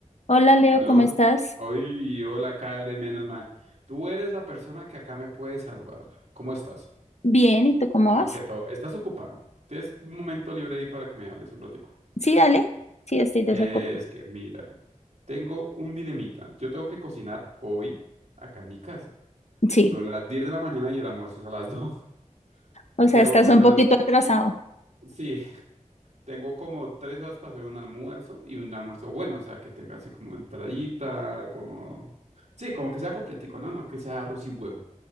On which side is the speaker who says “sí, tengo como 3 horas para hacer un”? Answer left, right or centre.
Right